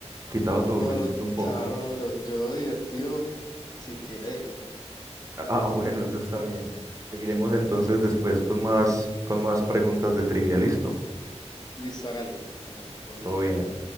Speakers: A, on the right; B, on the left.
A: quitado tu
B: No,
A: aburrimiento
B: lo-
A: un poco.
B: claro,
A: <laughs>
B: no, yo, yo divertido, sí quedé.
A: Ah, bueno, eso está bien. Seguiremos entonces después con más, con más preguntas de trivia. Listo.
B: Listo, hágale, hágale, todo
A: Todo
B: bien.
A: bien.